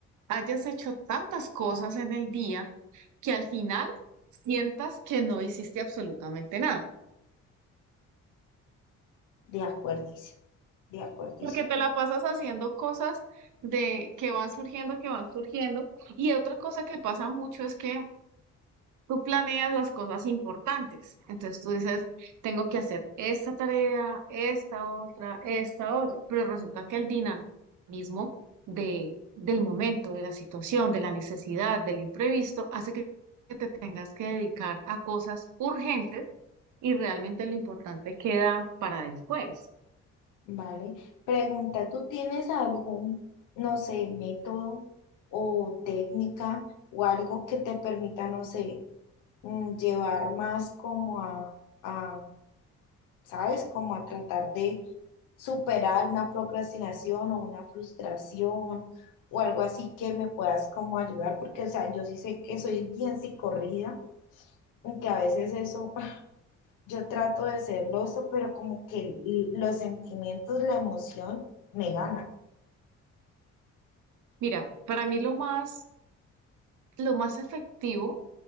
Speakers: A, on the right (about 75°); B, on the left (about 85°).
A: hayas hecho tantas cosas en el día que al final sientas que no hiciste absolutamente nada.
B: De acuerdísimo, de acuerdísimo.
A: Porque te la
B: de acuerdísimo.
A: pasas haciendo cosas de que van surgiendo, que van surgiendo. Y otra cosa que pasa mucho es que Tú planeas las cosas importantes. Entonces tú dices, tengo que hacer esta tarea, esta otra, esta otra. Pero resulta que el dinamismo de, del momento, de la situación, de la necesidad, del imprevisto, hace que que te tengas que dedicar a cosas urgentes y realmente lo importante queda para después.
B: Vale. Pregunta, ¿tú tienes algún, no sé, método o técnica o algo que te permita, no sé, mm, llevar más como a, a, ¿sabes? Como a tratar de superar una procrastinación o una frustración o algo así que me puedas como ayudar, porque, o sea, yo sí sé que soy bien psicorrida, aunque a veces eso, <laughs> yo trato de ser loso, pero como que l- los sentimientos, la emoción me ganan.
A: Mira, para mí lo más, lo más efectivo